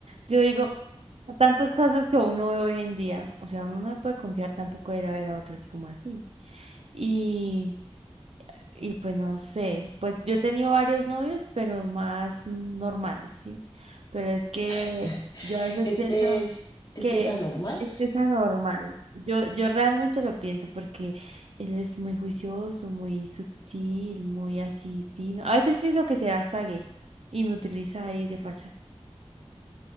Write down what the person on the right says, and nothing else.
Yo digo, a tantos casos que uno ve hoy en día, o sea, uno no puede confiar tampoco de ir a ver a otro así como así. Y Y pues no sé, pues yo he tenido varios novios, pero más normales, ¿sí? Pero es que
yo a veces
pienso
que
este es anormal. Yo, yo realmente lo pienso porque él es muy juicioso, muy sutil, muy así fino. A veces pienso que será hasta gay y me utiliza ahí de facha.